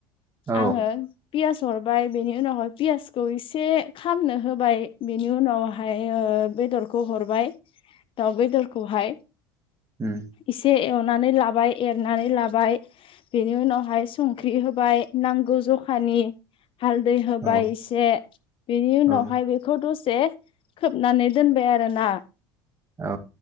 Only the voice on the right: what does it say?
औ
उम
औ
औ
औ